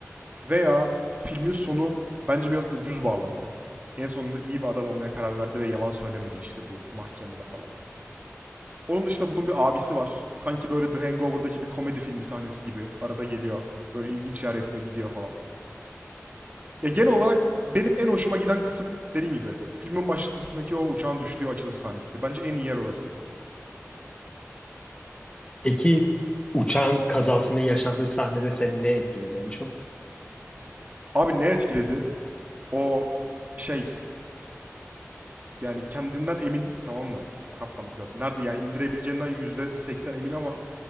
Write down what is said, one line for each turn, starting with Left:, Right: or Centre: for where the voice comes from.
Right: Veya filmin sonu bence biraz ucuz bağlandı. En sonunda iyi bir adam olmaya karar verdi ve yalan söylemedi işte bu mahkemede falan. Onun dışında bunun bir abisi var. Sanki böyle The Hangover'daki bir komedi filmi sahnesi gibi. Arada geliyor. Böyle ilginç şeyler yapıyor, gidiyor falan. Ya genel olarak benim en hoşuma giden kısım dediğim gibi filmin başlangıcındaki o uçağın düştüğü açılış sahnesiydi. Bence en iyi yer orasıydı.
Left: Peki uçağın kazasını yaşadığı sahnede seni ne etkiledi en çok?
Right: Abi ne etkiledi? O şey yani kendinden emin tamam mı? Kaplan pilot. Nerede yani indirebileceğinden %80 emin ama